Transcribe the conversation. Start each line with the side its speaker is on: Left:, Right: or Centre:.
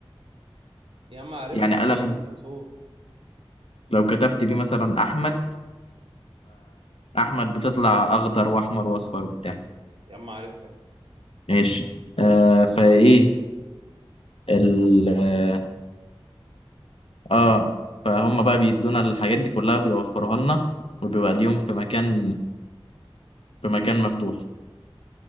Right: يا عم عارفها
Left: يعني
Right: اللي
Left: قلم
Right: لمن في السوق
Left: لو كتبت بيه مثلا احمد فاحمد بتطلع اخضر واحمر واصفر وبتاع
Right: يا عم عارفها
Left: ماشي آه فايه ال اه آه، فهم بقى بيدونا الحاجات دي كلها بيوفروها لنا وبيبقى اليوم في مكان في مكان مفتوح